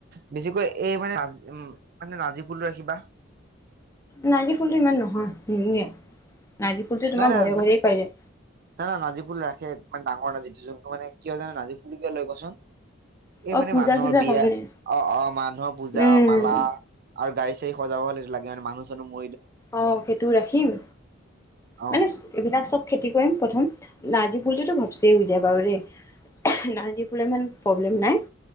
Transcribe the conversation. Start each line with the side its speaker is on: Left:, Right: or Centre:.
Right: বেছিকৈ এই মানে উম মানে নাজিকুল ৰাখিবা।
Left: নাৰ্জি ফুলতটো ইমান নহয়, নাৰ্জি ফুলটো তোমাৰ
Right: নাই নাই
Left: ঘৰে ঘৰে পাই যায়।
Right: নাই না নাজি ফুল ৰাখে ইমান ডাঙৰ নাজিটো যোনটো মানে কিয় জানে নাজজি ফুল কিয় লৈ কচোন। এই
Left: অ
Right: মানে
Left: পূজা
Right: মানুহৰ
Left: চূজা
Right: বিয়া
Left: কাৰণে
Right: অ' অ' মানুহৰ পূজা
Left: উম।
Right: মালা আৰু গাড়ী চ সজাব হলে লাগে মানুহো ম
Left: অ' সেইটো ৰাখিম
Right: অ
Left: মানে এইবিলাক চব খেতি কৰিম। প্ৰথম নাৰ্জি ফুলটোতো ভাবছিয়ে হৈ যায় বাৰু দেই ন জি ফুল ইমান প্ৰব্লেম নাই।